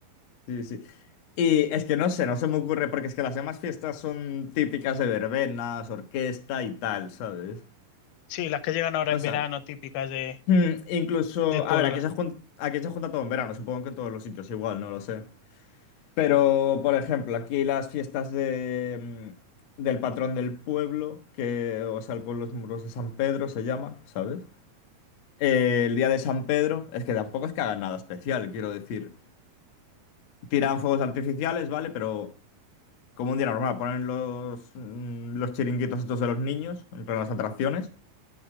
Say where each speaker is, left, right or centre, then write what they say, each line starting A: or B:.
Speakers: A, on the left; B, on the left.
A: Sí, sí. Y es que no sé, no se me ocurre, porque es que las demás fiestas son típicas de verbenas, orquesta y tal, ¿sabes?
B: Sí, las que llegan ahora
A: O
B: en
A: sea,
B: verano, típicas de,
A: Mm, incluso,
B: de pueblo.
A: a ver, aquí se junta, aquí se junta todo en verano, supongo que en todos los sitios igual, no lo sé. Pero, por ejemplo, aquí las fiestas de, mm, del patrón del pueblo, que, o sea, el pueblo es Muros de San Pedro, se llama, ¿sabes? Eh, el día de San Pedro, es que tampoco es que hagan nada especial, quiero decir. Tiran fuegos artificiales, ¿vale? Pero como un día normal, ponen los, mm, los chiringuitos estos de los niños, en plan las atracciones.